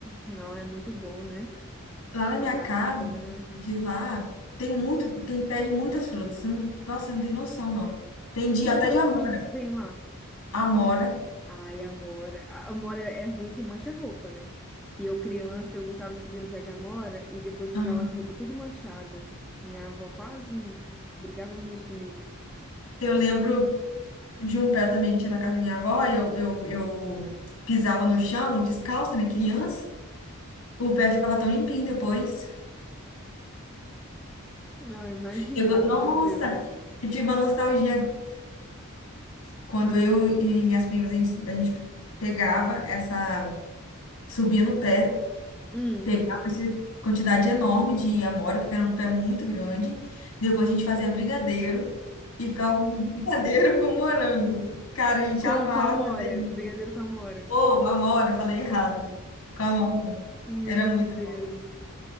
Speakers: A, in the centre; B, on the left (about 75°).
A: Não, é muito bom, né?
B: Lá na
A: Caraca,
B: minha casa,
A: cana.
B: de lá, tem muito, tem pé de muitas frutas. Você não- Nossa, você não tem noção, não. Tem dia
A: E
B: até
A: outras
B: de amora.
A: frutas que tem lá?
B: Amora.
A: Ai, Amora. A Amora é é ruim que mancha a roupa, né? Que eu, criança, eu gostava de subir no pé de Amora e depois ficava
B: Aham.
A: as roupas tudo manchada. Minha avó quase brigava muito comigo.
B: Eu lembro de um pé também que tinha na casa da minha avó, e eu, eu, eu pisava no chão, descalça, né, criança. O pé ficava tão limpinho depois.
A: Não, imagino,
B: Eu, go- nossa,
A: meu Deus.
B: eu tive uma nostalgia. agora. Quando eu e minhas primas, a gente, a gente pegava essa, subia no pé,
A: Hum,
B: pegava essa quantidade enorme de amora, porque era um pé muito grande. Depois a gente fazia brigadeiro e ficava comendo <laughs> brigadeiro com morango. Cara, a gente
A: com,
B: amava
A: com a Amora,
B: fazer isso.
A: um brigadeiro com a Amora.
B: Ô, amora, falei errado. Com amora.
A: Meu
B: Era muito
A: Deus.
B: bom.